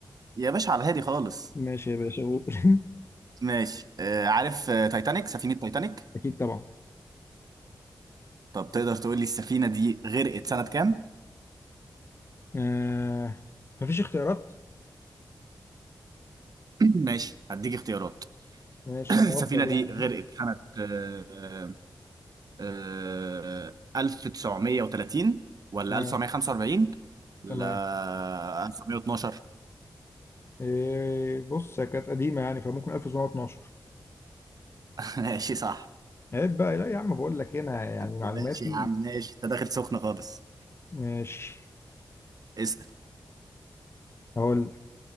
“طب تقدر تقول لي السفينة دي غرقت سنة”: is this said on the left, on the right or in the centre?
Right